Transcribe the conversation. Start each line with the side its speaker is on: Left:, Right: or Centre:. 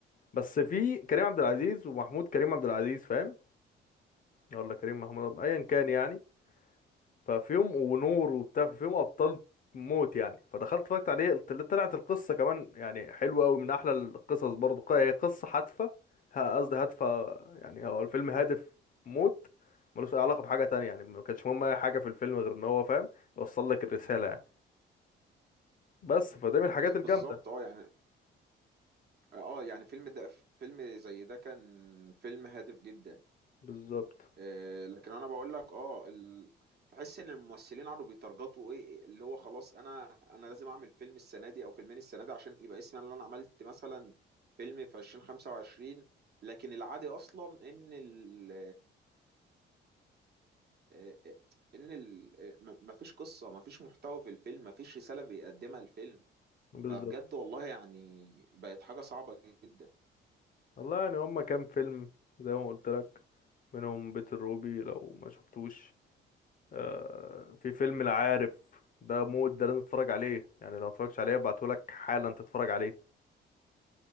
Left: بس في كريم عبد العزيز ومحمود كريم عبد العزيز فاهم ولا كريم محمود عبد- ايا كان يعني ففيهم ونور وبتاع فيهم ابطال موت يعني فدخلت اتفرجت عليه طل- طلعت القصه كمان يعني حلوه قوي من احلى القصص برضو ق- هي قصه هادفه ه- قصدي هادفه يعني هو الفيلم هادف موت ملوش اي علاقه بحاجه تانية يعني ما كانش مهم اي حاجه في الفيلم غير ان هو فاهم يوصل لك الرساله يعني بس فده من الحاجات
Right: آه، بالظبط
Left: الجامده
Right: اه يعني اه آه، يعني فيلم ده فيلم زي ده كان فيلم هادف جدا
Left: بالظبط
Right: آه، لكن انا بقول لك اه ال... تحس ان الممثلين قعدوا بيترجطوا ايه اللي هو خلاص انا انا لازم اعمل فيلم السنه دي او فيلمين السنه دي عشان يبقى اسمي انا اللي انا عملت مثلا فيلم في 2025 لكن العادي اصلا ان ال آه، آه، ان ال آه، ما فيش قصه ما فيش محتوى في الفيلم ما فيش رساله بيقدمها الفيلم
Left: بالظبط
Right: فبجد والله يعني بقت حاجه صعبه جدا
Left: والله يعني هما كام فيلم زي ما قلت لك منهم بيت الروبي لو ما شفتوش آه، في فيلم العارف ده مود ده لازم تتفرج عليه يعني لو متفرجتش عليه ابعتهولك حالا تتفرج عليه